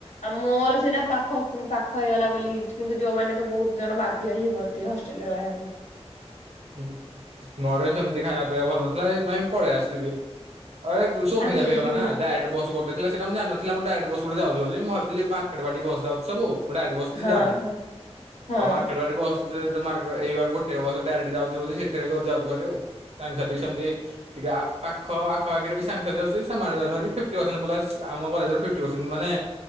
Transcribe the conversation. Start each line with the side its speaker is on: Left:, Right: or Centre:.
Left: ଆଉ ମୋର ସିନା ପାଖ ପାଖ ହେଇଗଲା ବୋଲି କିନ୍ତୁ ଯୋଉମାନେ ତ ବହୁତ ଜଣ ବାଧ୍ୟ ହିଁ ହୁଅନ୍ତି ହଷ୍ଟେଲ ରେ ରହିଆକୁ।
Right: ହୁଁ ଘରେ ବି ସେମିତି ଖାଇବା ପିଇବା ଭଲ ନଥିଲା ସେଇଥିପାଇଁ ପଳେଇ ଆସିଲି ବି। ଆ ଏ ସୁବିଧା
Left: ଆଜି
Right: ବି ହେଇଗଲା
Left: ହୁଁ
Right: ନା ଡାଇରେକ୍ଟ ବସ ଗୋଟେ ଥିଲା ସେଟା ମୁଁ ଜାଣିନଥିଲି ଆମ ଡ଼ାଇରେକ୍ଟ ବସ ଗୁଟେ ଯାଉଛି ବୋଲି ମୁଁ ଭାବିଥିଲି ମାର୍କେଟେ ବାଟେ ବସ ଯାଉଛି ସବୁ। ମୁଁ ଡାଇରେକ୍ଟ ବସ କିଛି
Left: ହଁ
Right: ଯାଉନି
Left: ହଁ ହଁ
Right: ତ ମାର୍କେଟ ବାଟେ ବସ ଯ ମାର୍କ ଏଇ ପା ଗୋଟେ ବସ ଡ଼ାଇରେକ୍ଟ ଯାଉଛି ବୋଲି ସେଥିରେ ଏକ ଯାଉଛୁ ହେରି ଆଉ ସାଙ୍ଗ ସାଥି ବି ସେମିତି ଟିକେ ଆ ପାଖ ଆଖ ପାଖରେ ବି ସାଙ୍ଗ ରେ ଆସୁଚି ସେମାନେ ଯାଉଚୁ ହେରି ଫିଫଟି ପସେଣ୍ଟ ପ୍ଲସ ଆମ କଲେଜରେ ଫିଫଟି ପସେଣ୍ଟ ମାନେ।